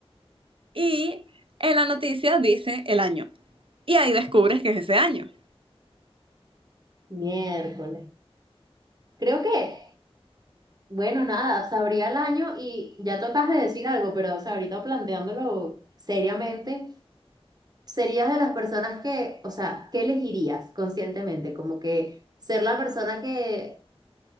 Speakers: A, on the right; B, on the right.
A: Y en la noticia dice el año. Y ahí descubres que es ese año.
B: Miércoles. Creo que, bueno, nada, se abría el año y ya tocas de decir algo, pero, o sea, ahorita planteándolo seriamente. ¿Serías de las personas que, o sea, qué elegirías conscientemente? Como que ser la persona que